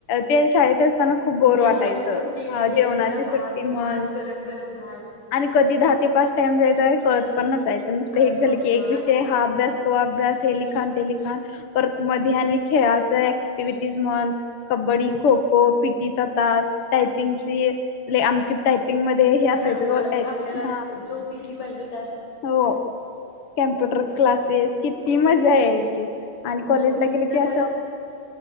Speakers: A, on the left; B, on the left.
A: ते शाळेतच. त्यांना खूप बोर
B: जेवणाची
A: वाटायचं
B: सुट्टी घेतलेला
A: जेवणाची सुट्टी
B: भात तो
A: म्हण
B: भात गरम गरम भात
A: आणि कधी दहा ते पाच टाईम जायचा कळत आणि कळत पण नसायचं
B: कळत
A: एक झालं
B: नव्हतं
A: का एक एक विषय
B: आणि
A: हा अभ्यास तो अभ्यास हे लिखान ते लिखान परत मध्ये आणि खेळाच ऍक्टिव्हटीज म्हण कबड्डी खो खो पीटीचा तास टायपिंगची लय आमची टायपिंग मध्ये हे असायचं
B: धडपड
A: ग टाईप
B: आपल्याला
A: हा
B: जो पिसी पाहिजेत
A: हो कम्प्युटर
B: धडपड
A: क्लासेस किती
B: खूप
A: मजा यायची आणि कॉलेजला
B: हो
A: गेले
B: तर
A: की
B: मला